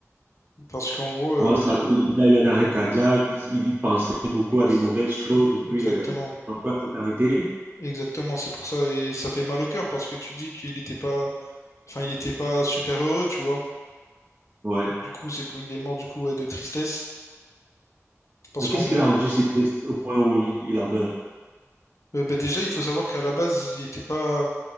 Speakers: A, on the left; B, on the right.
A: Parce qu'en gros,
B: Comment
A: euh,
B: ça? Il il a eu un arrêt cardiaque, il, il y pensait beaucoup
A: ex-
B: à des mauvaises choses, et puis
A: exactement.
B: euh, son cœur s'est arrêté.
A: Exactement, c'est pour ça. Et ça fait mal au cœur parce que tu dis qu'il était pas, enfin, il était pas super heureux, tu vois.
B: Ouais.
A: Du coup, c'est pour, il est mort, du coup, ouais, de tristesse. Parce
B: Mais
A: qu'en
B: qu'est-ce
A: gros,
B: qui l'a rendu si triste au point où il, il en meurt?
A: euh, bah, déjà, il faut savoir qu'à la base, il était pas...